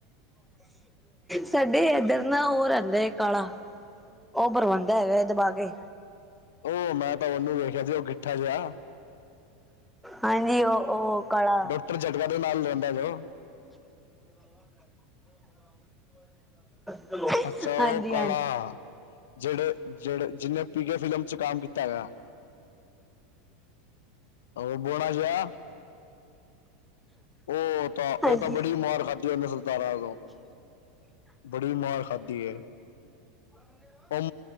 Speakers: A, in the centre; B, on the left.
A: ਸਾਡੇ ਏਧਰ ਨਾ, ਔ ਰੈੰਦਾ ੲ ਕਾਲਾ।
B: <inaudible> <inaudible>
A: ਔ ਬਰਵੰਦਾ ਹੈਗਾ, ਦਬਾ ਕੇ।
B: ਔ, ਮੈਂ ਤਾਂ ਔਨੂੰ ਵੇਖਆ ਸੀ ਉਹ ਗਿਠਾ ਜਆ।
A: ਹਾਂਜੀ, ਔ, ਔ ਕਾਲਾ।
B: ਡਾਕਟਰ
A: <inaudible>
B: ਜਟਕਾ ਦੇ ਨਾਲ ਰਹਿੰਦਾ ਜੋ
A: <inaudible>
B: ਅੱਛਾ
A: ਹਾਂਜੀ
B: ਔ ਕਾਲਾ।
A: ਹਾਂਜੀ
B: ਜੇੜੇ ਜੇੜੇ, ਜਿਨੇ ਪੀਕੇ ਫਿਲਮ ਚ ਕੰਮ ਕੀਤਾ ਹੈਗਾ। ਔ ਬੋਣਾ ਜ਼ਾ। ਔ ਤਾਂ,
A: ਹਾਂਜੀ
B: ਔ ਤਾਂ ਬੜੀ ਮਾਰ ਖਾਧੀ ਔਨੇ। ਦਾਰਾ ਤੋਂ ਬੜੀ ਮਾਰ ਖਾਧੀ ਏ। ਔ